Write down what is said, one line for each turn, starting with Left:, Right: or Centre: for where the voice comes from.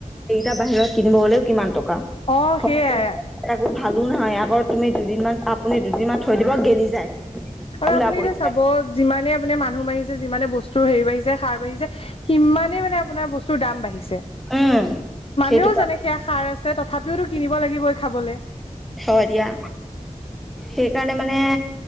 Centre: এইকেইটা বাহিৰত কিনিব গলেও কিমান টকা,
Left: অ
Centre: ঘৰ
Left: সেইয়াই
Centre: অৱস্থাবোৰ ভালো নহয়। এইয়া অ, তুমি দুদিনমান, আপুনি দুদিনমান থৈ দিব গেলি যায়।
Left: আৰু
Centre: ওলা
Left: আপুনি
Centre: পৰি
Left: এতিয়া চাব যিমানে আপুনি মানুহ বাঢ়িছে, যিমানে বস্তুৰ হেৰি বাঢ়িছে, সাৰ বাঢ়িছে। সিমানেই মানে আপোনাৰ বস্তুৰ দাম বাঢ়িছে
Centre: উম
Left: মানুহেওঁ
Centre: সেইটো
Left: যানে সেয়া হা
Centre: হয় দিয়া সেইকাৰণে মানে